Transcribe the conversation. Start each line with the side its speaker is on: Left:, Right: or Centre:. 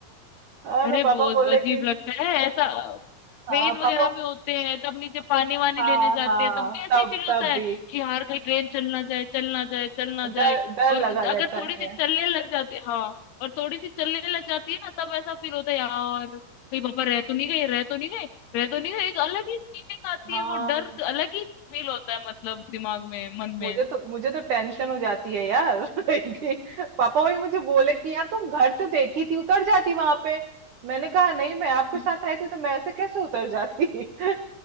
Right: हाँ
Left: अरे
Right: तो
Left: बहुत
Right: पापा बोले
Left: अजीब
Right: कि
Left: लगता है ऐसा
Right: हाँ
Left: ट्रेन वगैरह
Right: पापा
Left: में होते हैं तब नीचे पानी वानी
Right: हाँ
Left: लेने जाते
Right: हाँ
Left: हैं तब भी ऐसे
Right: तब
Left: ही फील
Right: तब
Left: होता है
Right: भी
Left: कि यार कहीं ट्रेन चलना जाए चलना जाए चलना
Right: डर
Left: जाए
Right: डर लगा
Left: और
Right: रहता
Left: अगर थोड़ी सी
Right: है
Left: चलने लग जाते हाँ और थोड़ी सी चलने लग जाती है ना तब ऐसा फील होता है यार कहीं पापा रह तो नहीं गए रह तो नहीं गए रह तो नहीं गए एक अलग ही फीलिंग आती
Right: हाँ
Left: है वो डर अलग ही फील होता है मतलब दिमाग में मन में
Right: मुझे तो मुझे तो टेंशन हो जाती है यार <laughs> कि पापा वही मुझे बोले कि यार तुम घर तो देखी थी उतर जाती वहां पे मैंने कहा नहीं मैं आपके
Left: हम्म
Right: साथ आई थी तो मैं ऐसे कैसे उतर जाती <laughs>